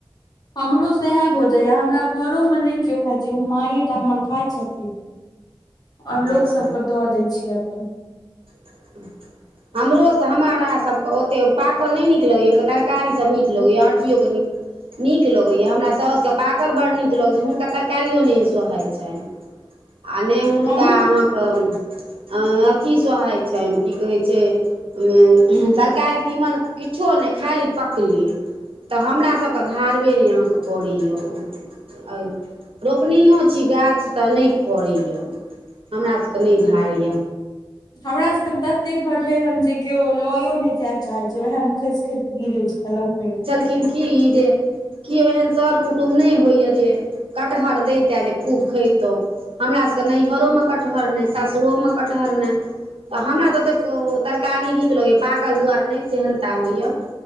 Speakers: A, on the left; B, on the right.
A: हमरो साएह भऽ जाइया हमरा घरोमे नहि केओ खाइत छै एगो माए टा हमर खाइत छथिन आओर लोक
B: अच्छा
A: सबके दऽ दै छियै अपन
B: ह <inaudible> हमरोसभ हमरासके ओतेक पाकल नहि नीक लगैए तरकारीसभ नीक लगैए आँटियओे नीक नीक लगैया हमरा सासुके पाकल बड़ नीक लगै छै हुनका तरकारियो नहि सहाैत छनि आ हुन
A: हम
B: क अथी सोहाइत छनि की कहै छै उ तरकारी तीमन किछो नहि खाली पकलिय तऽ हमरासभके धारबे नहि अहाँके परैए आ रोपनओ छी गाछ तऽ नहि फड़ैए हमरा सभकेँ नहि धारैय
A: हमरा सभ के तते फरलै हेन जे केओ लयो नहि जाय चाहैत छै उएह मे खस की रहै छै कलम
B: किन की जे केओ एहन सर कुटुम नहि होइया जे कटहल दैतै जे खूब खायतौ हमरा सभ के नैहरो मे कटहर नहि सासुरो मे कटहर नहि तऽ हमरा तऽ ओतेक तरकारी नीक लगैएा पाकल दुआर नहि सेहनता होइए